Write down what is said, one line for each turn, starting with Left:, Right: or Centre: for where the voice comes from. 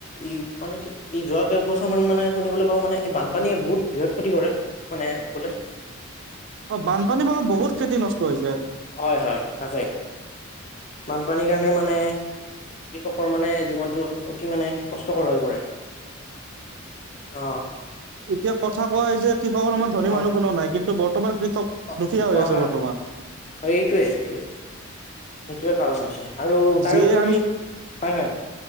Left: ই মানে কি এই যোৱা কেইবছৰ মান মানে শুনিবলৈ পাওঁ মানে এই বানপানীয়ে বহুত বৃহৎ ক্ষতি কৰে মানে ক'লে
Right: অ বানপানীৰ ফলত বহুত খেতি নষ্ট হৈছে।
Left: হয় হয় তাকে বানপানীৰ কাৰণে মানে কৃষকৰ মানে জীৱনটো অ অতি মানে কষ্টকৰ হৈ পৰে অ।
Right: এতিয়া কথা কোৱা যে কৃষকৰ সমান ধনী
Left: হয়
Right: মানুহ কোনো নাই কিন্তু ব তোমাৰ ভিত খক
Left: অ
Right: দুখীয়া হৈ
Left: অ
Right: আছে
Left: হয়
Right: বৰ্তমান
Left: হয় এইটোৱে সেইটোৱে সেইটোৱে কাৰণ হৈছে। আৰু তাৰেওপৰি
Right: যিয়ে আমি
Left: হয় হয়,